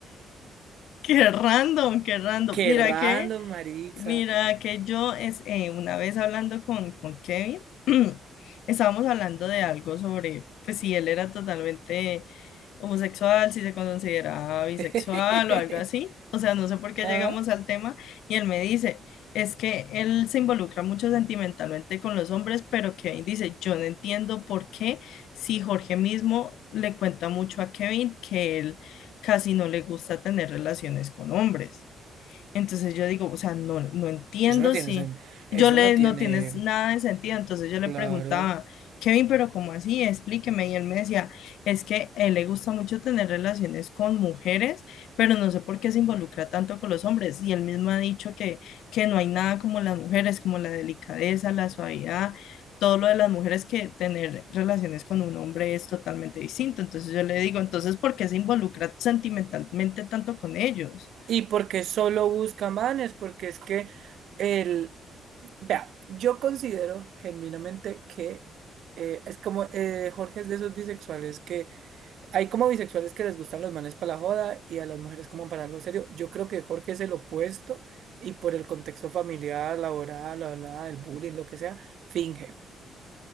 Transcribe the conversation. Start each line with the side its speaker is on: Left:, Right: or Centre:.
Left: Qué random, qué random.
Right: Qué
Left: Mira
Right: random,
Left: que
Right: Marixa.
Left: Mira, que yo es, eh, una vez hablando con, con Kevin, <clears throat> estábamos hablando de algo sobre, pues si él era totalmente homosexual, si se consideraba
Right: <laughs>
Left: bisexual o algo así. O sea, no sé por qué
Right: Ah,
Left: llegamos al tema y él me dice, es que él se involucra mucho sentimentalmente con los hombres, pero Kevin dice, yo no entiendo por qué si Jorge mismo le cuenta mucho a Kevin que él casi no le gusta tener relaciones con hombres. Entonces yo digo, o sea, no, no entiendo
Right: eso no tiene
Left: si
Right: sen-
Left: yo
Right: Eso
Left: le,
Right: no tiene.
Left: no tienes nada de sentido. Entonces yo le
Right: Claro.
Left: preguntaba, Kevin, pero ¿cómo así? Explíqueme. Y él me decía, es que a él le gusta mucho tener relaciones con mujeres, pero no sé por qué se involucra tanto con los hombres. Y él mismo ha dicho que, que no hay nada como las mujeres, como la delicadeza, la suavidad. Todo lo de las mujeres que tener relaciones con un hombre es totalmente distinto. Entonces yo le digo, entonces, ¿por qué se involucra sentimentalmente tanto con ellos?
Right: Y porque solo busca manes, porque es que el... Vea, yo considero genuinamente que eh, es como eh, Jorge es de esos bisexuales que hay como bisexuales que les gustan los manes para la joda y a las mujeres como para algo serio. Yo creo que Jorge es el opuesto y por el contexto familiar, laboral, bla, bla, el bullying, lo que sea, finge.